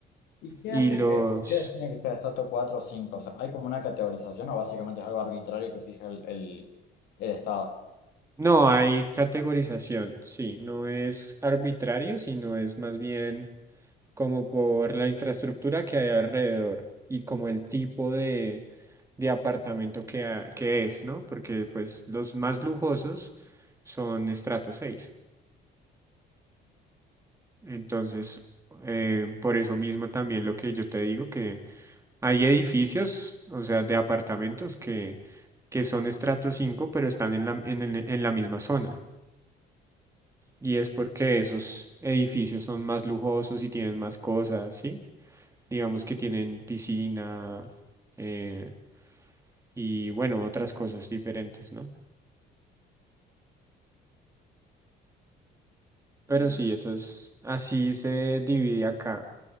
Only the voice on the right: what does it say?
Y
los,
no hay categorización, sí, no es arbitrario, sino es más bien como por la infraestructura que hay alrededor y como el tipo de, de apartamento que, ha- que es, ¿no? Porque pues los más lujosos son estrato 6. Entonces, eh, por eso mismo también lo que yo te digo, que hay edificios, o sea, de apartamentos que, que son estrato 5 pero están en la, en, el- en la misma zona. Y es porque esos edificios son más lujosos y tienen más cosas, ¿sí? Digamos que tienen piscina eh, y, bueno, otras cosas diferentes, ¿no? Pero
sí, eso es, así se divide acá.